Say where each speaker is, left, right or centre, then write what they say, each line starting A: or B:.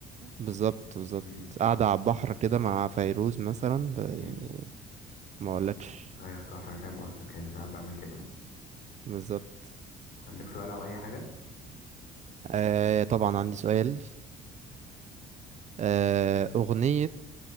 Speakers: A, on the right; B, on the left.
A: بالظبط بالظبط
B: امم
A: قاعدة على البحر كده مع فيروز مثلا ب... يعني
B: امم
A: ما اقولكش
B: ايوه تحفة انا فاهم قصدك يعني ساعات بعمل كده
A: بالظبط
B: عندك سؤال او اي حاجة
A: آه طبعا عندي سؤال آه أغنية